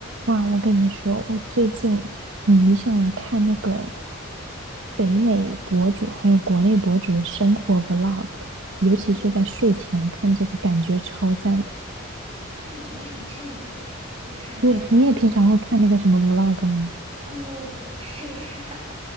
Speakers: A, on the right; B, on the right.
A: 哇，我跟你说，我最近迷上了看那个北美博主，还有国内博主的生活 vlog，尤其是在睡前看这个，
B: 哦，
A: 感觉超赞的。
B: 所以你觉得很治愈，对吧？就看别人的一天。
A: 对，你也平常会看那个什么 vlog 吗？
B: 嗯，我不会。<laughs>